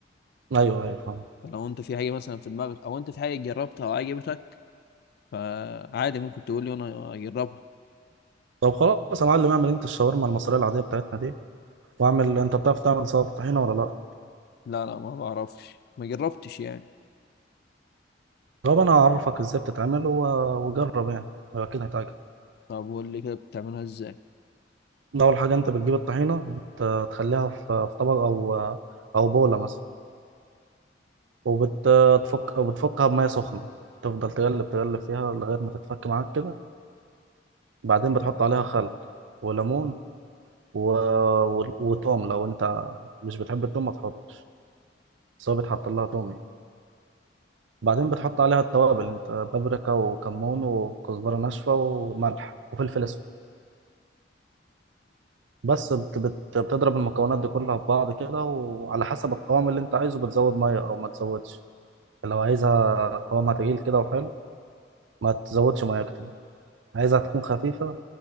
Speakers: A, on the right; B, on the left.
A: ايوه ايوه فاهم
B: فلو أنت في حاجة مثلا في دماغك أو أنت في حاجة جربتها وعجبتك فعادي ممكن تقول لي وأنا أجربها
A: طب خلاص يا معلم اعمل انت الشاورما المصريه العاديه بتاعتنا دي واعمل انت بتعرف تعمل سلطه طحينه ولا لا
B: لا لا ما بعرفش ما جربتش يعني
A: طب انا هعرفك ازاي بتتعمل و... وجرب يعني اكيد هتعجبك
B: طب قول لي كده بتعملها إزاي
A: اول حاجه انت بتجيب الطحينه بتخليها في في طبق او او بوله مثلا وبتفك او بتفكها بميه سخنه تفضل تقلب تقلب فيها لغايه ما تتفك معاك كده بعدين بتحط عليها خل وليمون و... و... وتوم لو انت مش بتحب التوم ما تحطش بس هو بيتحط لها توم يعني بعدين بتحط عليها التوابل انت بابريكا وكمون وكزبرة ناشفة وملح وفلفل اسود بس بت بت بتضرب المكونات دي كلها في بعض كده وعلى حسب القوام اللي انت عايزه بتزود مية او ما تزودش لو عايزها قوامها تقيل كده وحلو ما تزودش مية كتير عايزها تكون خفيفة